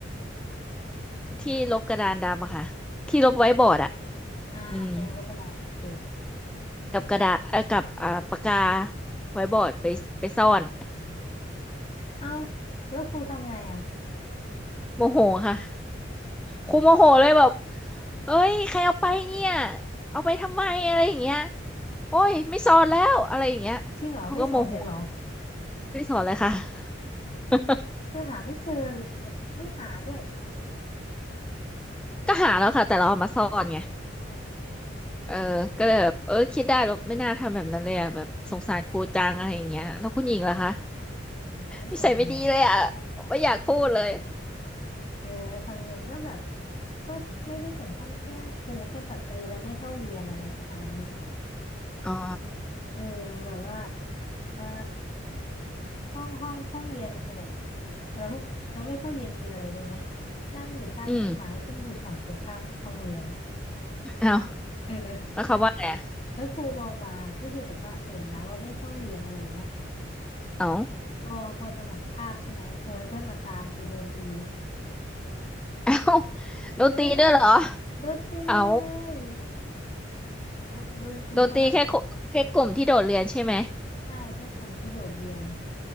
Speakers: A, in the centre; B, on the left.
A: ที่ลบกระดานดำอะค่ะที่ลบไว้บอร์ดอะ
B: อ่าแปรงลบกระดานโอเค
A: อืม กับกระดาษเอ่อกับอ่าปากกาไว้บอร์ดไปไปซ่อน
B: เอาแล้วครูทำไงอ่ะ
A: <laughs> โมโหค่ะครูโมโหเลยแบบเอ้ยใครเอาไปเนี่ยเอาไปทำไมอะไรอย่างเงี้ยโอ้ยไม่สอนแล้วอะไรอย่างเงี้ยเขาก็โมโห
B: จริงเหรอไม่สอนเลยเหรอ
A: ไม่ไ้สอนเลยค่ะ <laughs>
B: คือหาไม่เจอหรือแบบไม่หาด้วย
A: ก็หาแล้วค่ะแต่เราเอามาซ่อนไง
B: อ๋อ
A: เออก็เลยแบบเออคิดได้แบบไม่น่าทำแบบนั้นเลยอ่ะแบบสงสารครูจังอะไรอย่างเงี้ยแล้วคุณหญิงล่ะคะ
B: โหถึงขั้นไม่สอนเลยเหรอ
A: นิสัยไม่ดีเลยอ่ะไม่อยากพูดเลย
B: เออของเย็นก็แบบก็ไม่ได้ถึงขั้นแกล้งครูแค่แบบเออเราไม่เข้าเรียนอะไรแค่นั้น
A: อ๋อ
B: เออแบบว่าเออห้องห้องห้องเรียนคือแบบเราเราไม่เข้าเรียนคืออะไรรู้ไหมนั่งอยู่ใต้ต้นไม้ที่มันอยู่ฝั่งตรงข้ามกับห้องเรียน
A: อืมเอา
B: เออ
A: แล้วเขาว่าไงอะ
B: แล้วครูมองมาก็คือแบบว่าเห็นนะว่าไม่เข้าเรียนอะไรอย่างเงี้ย
A: เอา
B: พอพอจะหมดคาบใช่ไหมครูให้เพื่อนมาตามไปโดนตี
A: เอ้าโดนตีด้วยเหรอ
B: เออโดนตีเลย
A: เอา
B: แบบโดนตีคนละ
A: โดนตีแค่คุแค่กลุ่มที่โดดเรียนใช่ไหม
B: ใช่แค่กลุ่มที่โดดเรียน